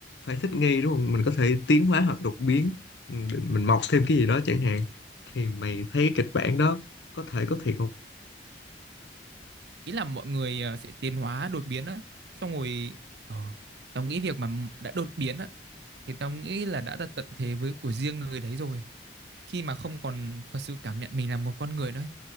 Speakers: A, on the left (about 75°); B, on the right (about 65°).
A: phải thích nghi đúng không mình có thể tiến hóa hoặc đột biến ừm, mình mọc thêm cái gì đó chẳng hạn thì mày thấy cái kịch bản đó có thể có thiệt không
B: Ý là mọi người ờ, sẽ tiến hóa đột biến á, xong rồi ờ tao nghĩ việc mà đã đột biến á thì tao nghĩ là đã đặt tận thế với của riêng người đấy rồi. khi mà không còn thật sự cảm nhận mình là một con người nữa